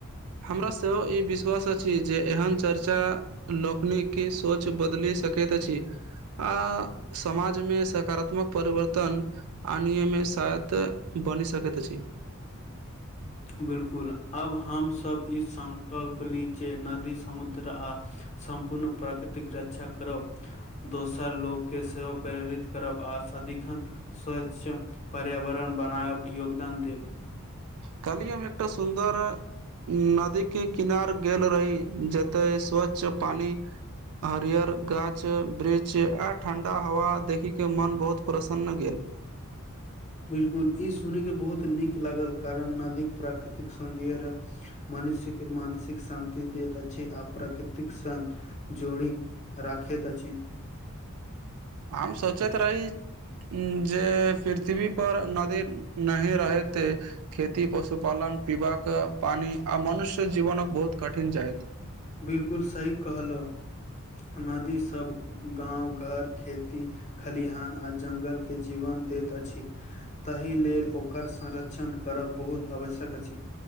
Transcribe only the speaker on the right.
हमरा सेहो ई विश्वास अछि जे एहन चर्चा। लोकोकन की सोच बदल सकैत अछि। आ समाजमे सकारात्मक परिवर्तन। अनियमित सायत बनि सकैत छी।
काली हम एकटा सुन्दर। नदी के किनार गेल रही जते स्वच्छ पानी। हरियर गाछ वृक्ष आ ठंडा हवा देखी के मन बहुत प्रसन्न गेल।
हम सोचैत रही। आ जे पृथ्वी पर नदी नहैर रहैत ऐय। खेती पशुपालन पीबाक पानी आ मनुष्य जीवन बहुत कठिन जायत।